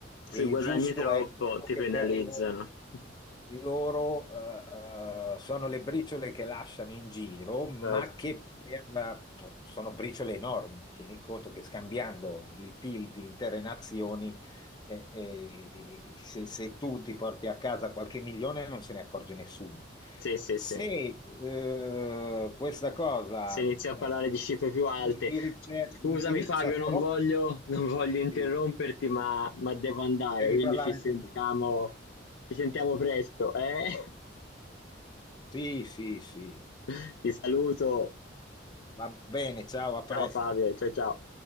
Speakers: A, on the left; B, on the left.
A: E
B: Se
A: il
B: guadagni
A: giusto
B: troppo
A: è quello
B: ti
A: che
B: penalizzano.
A: per loro,
B: <laughs>
A: loro, eh, eh, sono le briciole che lasciano in giro, ma
B: Certo.
A: che per- sono briciole enormi. Tieni conto che scambiando il PIL di intere nazioni e- e se, se tu ti porti a casa qualche milione non se ne accorge nessuno.
B: Sì, sì,
A: Se
B: sì.
A: eh, questa cosa
B: se inizi a
A: eh,
B: parlare di cifre più alte.
A: indirizza,
B: Scusami
A: indirizza
B: Fabio, non
A: troppi,
B: voglio, non voglio interromperti,
A: devi
B: ma, ma devo andare, quindi
A: parlare
B: ci sentiamo,
A: anche tu.
B: ci sentiamo presto, eh?
A: Sì, sì, sì.
B: <laughs> Ti saluto.
A: Va bene, ciao, a presto.
B: Ciao Fabio, ciao ciao.